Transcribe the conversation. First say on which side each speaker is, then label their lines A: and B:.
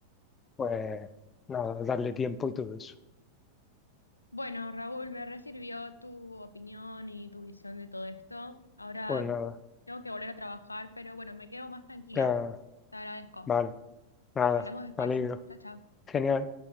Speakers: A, on the left; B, on the left.
A: pues nada, darle tiempo y todo eso.
B: bueno, Raúl, me resirvió tu opinión y tu visión de todo esto. Ahora
A: Pues nada,
B: tengo que volver a trabajar, pero bueno, me quedo más tranquila.
A: ya,
B: Te agradezco.
A: vale, nada,
B: Hablamos después.
A: me alegro.
B: Chao, chao.
A: Genial.